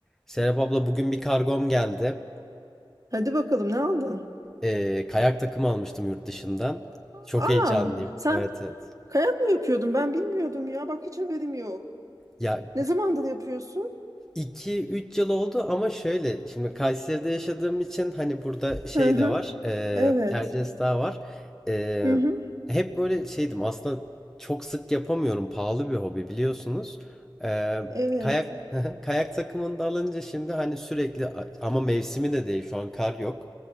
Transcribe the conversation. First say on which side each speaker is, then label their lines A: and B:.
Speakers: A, in the centre; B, on the right.
A: Serap abla bugün bir kargom geldi.
B: Hadi bakalım ne aldın?
A: Ee, kayak takımı almıştım yurt dışından. Çok
B: Aa,
A: heyecanlıyım.
B: sen
A: Evet evet.
B: kayak mı yapıyordun? Ben bilmiyordum ya. Bak hiç haberim yok.
A: Ya
B: Ne zamandır yapıyorsun?
A: iki üç yıl oldu ama şöyle şimdi Kayseri'de yaşadığım için hani burada şey
B: Hı hı.
A: de var. E,
B: Evet.
A: Erciyes Dağı var. Ee,
B: Hı hı.
A: hep böyle şeydim aslında çok sık yapamıyorum. Pahalı bir hobi biliyorsunuz. Ee,
B: Evet.
A: kayak <laughs> kayak takımını da alınca şimdi hani sürekli ama mevsimi de değil şu an kar yok.